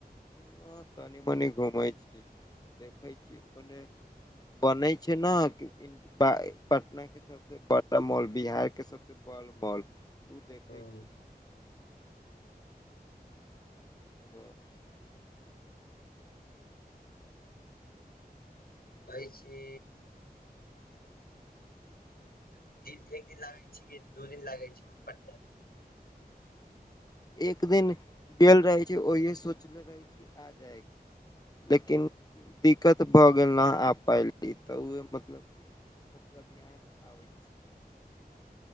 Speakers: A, on the left; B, on the left.
A: <unintelligible> बने छै न, <unintelligible> बड़ा मॉल बिहार के <unintelligible>
B: हँ
A: <inaudible>
B: बै छी <unintelligible> इ एक दिन लागे छै की दू दिन लागे छै पटना?
A: एक दिन केबल रहै छै, ओहियेसो <unintelligible>
B: <inaudible>
A: लेकिन दिक्कत भऽ गेल न आब पाइली तऽ ओह मतलब <inaudible> छी